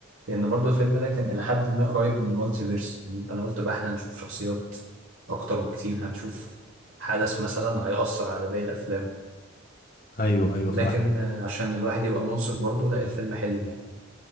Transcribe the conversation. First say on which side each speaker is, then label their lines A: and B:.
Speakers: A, on the right; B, on the left.
A: لأن برضو الفيلم ده كان إلى حد ما قريب من المالتيفيرس أنا قلت بقى إحنا هنشوف شخصيات أكتر بكتير هنشوف حدث مثلا هيأثر على باقي الأفلام
B: ايوه ايوه فاهم
A: لكن آه، عشان الواحد يبقى منصف برضه لا الفيلم حلو يعني